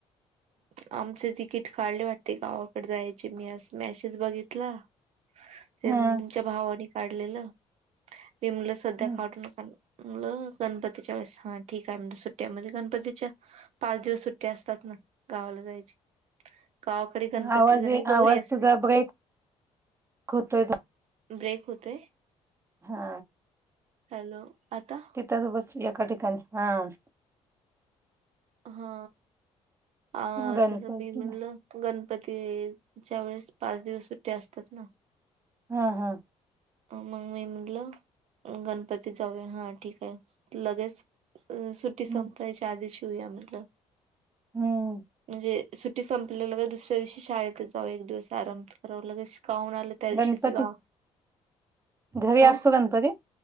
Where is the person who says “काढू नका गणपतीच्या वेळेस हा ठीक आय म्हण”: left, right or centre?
Right